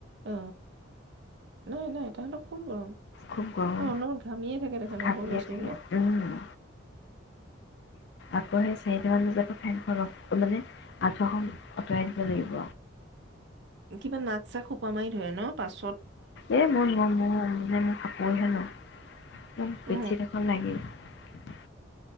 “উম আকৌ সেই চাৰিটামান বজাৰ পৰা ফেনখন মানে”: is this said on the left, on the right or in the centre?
Left